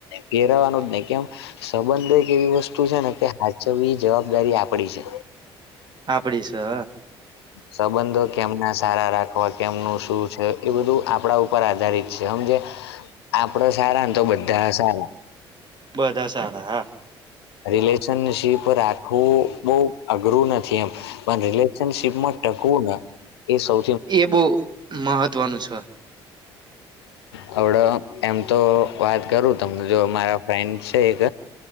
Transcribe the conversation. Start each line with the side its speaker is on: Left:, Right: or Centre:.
Left: ફેરવવાનું જ નહી કેમ સંબંધ. એવી વસ્તુ છે ને કે સાાચવવી જવાબદારી આપડી છે.
Right: આપ પડી છે.
Left: સંબંધો કેમના સારા રાખવા કેમનું શું છે એ બધું આપણા ઉપર આધારિત છે આમ જે.
Right: <inaudible>
Left: આપડો સારાને તો બધા સારા.
Right: બધા સારા હા.
Left: રિલેશનશીપ આખું બહ અઘરું નથી એમ પણ રિલેશનશીપ. ટમાં ટકવો એ સૌ.
Right: એ બહ મહત્વનું છે.
Left: હડ એમ તો વાત કરું તમને જો મારા ફ્રેન્ડ છે એક.